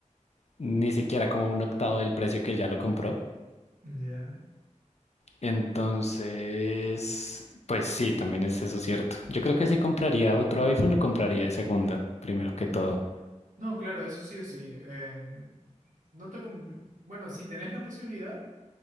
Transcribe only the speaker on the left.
ni siquiera como un octavo del precio que ya lo compró.
Entonces, pues sí, también es eso cierto. Yo creo que si compraría otro iPhone, lo compraría de segunda, primero que todo.